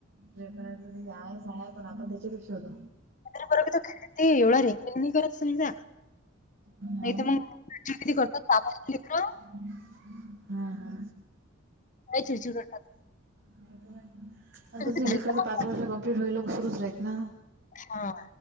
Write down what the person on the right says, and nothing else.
लेकराचा बी हायच हाय पण आपण त्याच्या बी शोधू.
हा
ना.
हम् <inaudible> हा हा.
नाय पण
लेकरच
पाच वर्ष कमप्लीट होईयल सुरुच राहीत ना.